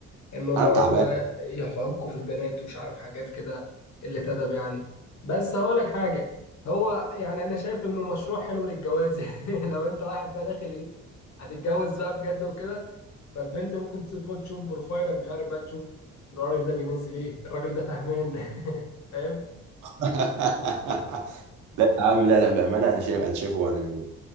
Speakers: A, on the left; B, on the right.
A: انهم
B: انا
A: يقعدوا
B: تعبان
A: بقى يحكوا في البنات ومش عارف حاجات كده قله ادب يعني بس هقول لك حاجه هو يعني انا شايف انه مشروع حلو للجواز <laughs> لو انت واحد بقى داخل ايه هتتجوز بقى بجد وكده فالبنت ممكن تدخل تشوف بروفايلك مش عارف بقى تشوف الراجل ده بينزل ايه الراجل ده فهمان <laughs> فاهم
B: <laughs> يا عم لا لا بامانه انا شايف انا شايفه يعني من